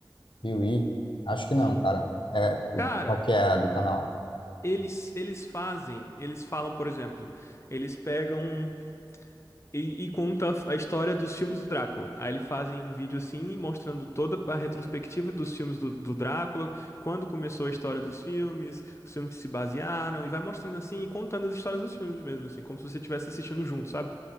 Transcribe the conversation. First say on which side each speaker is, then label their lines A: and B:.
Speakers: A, on the left (about 75°); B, on the left (about 35°).
A: Piuí? Acho que não,
B: Sim.
A: cara. É, o-
B: Cara,
A: qual que é a do canal?
B: eles, eles fazem, eles falam, por exemplo, eles pegam. E, e conta a história dos filmes do Drácula. Aí eles fazem um vídeo assim, mostrando toda a retrospectiva dos filmes do, do Drácula, quando começou a história dos filmes, os filmes que se basearam, e vai mostrando assim, e contando as histórias dos filmes mesmo, assim, como se você estivesse assistindo junto, sabe?